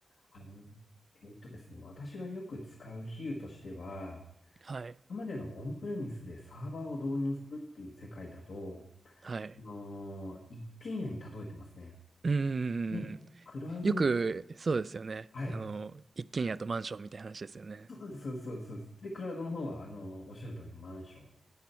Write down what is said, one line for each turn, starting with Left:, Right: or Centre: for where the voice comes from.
Left: あの、えっとですね、私がよく使う比喩としては、
Right: はい。
Left: 今までのオンプレミスでサーバーを導入するっていう世界だと、
Right: はい。
Left: あのー一軒家に例えてますね。
Right: うんん
Left: ね、クラウドに、
Right: よく、そうですよね。
Left: はい。
Right: あの、一軒家とマンションみたいな話ですよね。
Left: そうそうそうそうです。で、クラウドの方は、あのーおっしゃる通りマンション。